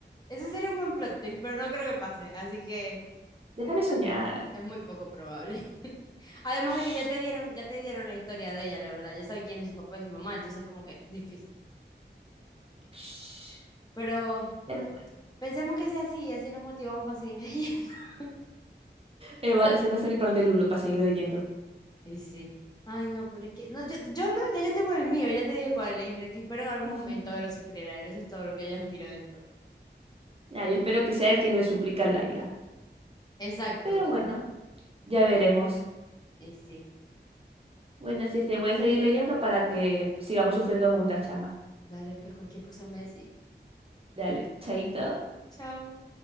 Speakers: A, on the left; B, on the right.
A: Eso sería un buen plot twist, pero no creo que pase. Así que...
B: Déjame soñar.
A: Es muy poco probable. <laughs> Además
B: Shh,
A: de que ya te dieron, ya te dieron la historia de ella, la verdad. Ya sabes quién es su papá y su mamá, entonces como que difícil.
B: shh.
A: Pero
B: Pero bueno.
A: pensemos que sea así y así nos motivamos para seguir leyendo. <laughs>
B: Eh, va- ese va a ser mi plan de Lulo para seguirlo leyendo.
A: Y sí. Ay, no, pero es que no, yo, yo no, ya yo tengo el mío, ya te dije cuál es, de que espero en algún
B: <laughs>
A: momento verlo sufrir a él. Eso es todo lo que yo aspiro de esto.
B: Nah, yo espero que sea el quien le suplica a Laila.
A: Exacto.
B: Pero bueno, ya veremos.
A: Y sí.
B: Bueno, sí, este, voy a seguir leyendo para que sigamos sufriendo juntas, chama.
A: Dale, pues cualquier cosa me decís.
B: Dale, chaito.
A: Chao.